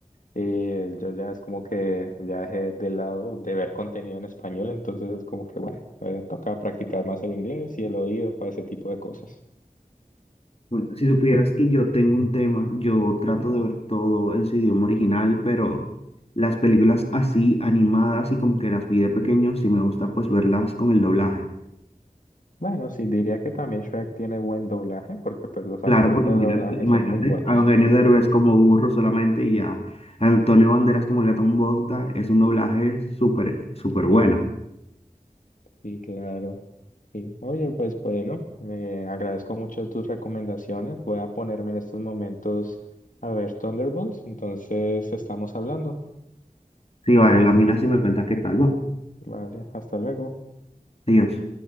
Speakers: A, on the left; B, on the left.
A: Y yo ya es como que ya dejé de lado de ver contenido en español. Entonces es como que, bueno, eh, toca practicar más el inglés y el oído para ese tipo de cosas.
B: Bueno, si supieras que yo tengo un tema, yo trato de ver todo en su idioma original, pero las películas así, animadas y como que las vi de pequeño, sí me gusta pues verlas con el doblaje.
A: Bueno, sí, diría que también Shrek tiene buen doblaje, porque pues los actores
B: Claro, porque
A: de
B: imagínate,
A: doblaje
B: imagínate
A: son muy buenos.
B: a Eugenio
A: Sí,
B: Derbez como burro solamente y a Antonio Banderas como el Gatón Bogta, es un doblaje súper, súper bueno.
A: sí, claro. Sí. Oye, pues bueno, me agradezco mucho tus recomendaciones. Voy a ponerme en estos momentos a ver Thunderbolts, entonces estamos hablando.
B: Sí, vale, la mina si me cuentas qué tal va.
A: Vale, hasta luego.
B: Adiós.